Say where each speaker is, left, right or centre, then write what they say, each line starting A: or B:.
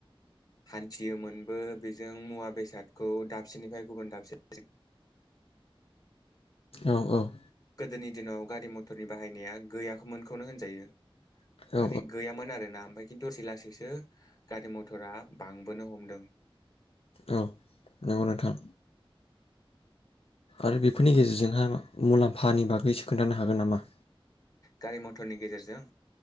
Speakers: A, on the left; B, on the left.
A: हान्थियोमोनबो बेजों मुवा बेसादखौ दाबसेनिफ्राय गुबुन दाबसे
B: औ औ।
A: गोदोनि दिनाव गारि मथरनि बाहायनाया गैयाखैमोन। बे खौनो होनजायो।
B: औ
A: माने गैयामोन आरो ना ओमफ्रायाय खिन्थु दसै लासैसो गारि मथरा बांबोनो हमदों।
B: औ नंगौ नोंथां आरो बेफोरनि
A: औ
B: गेजेरजोंहाय मुलाम्फानि बागैसो खोन्थानो हागोन नामा।
A: गारि मथरनि गेजेरजों।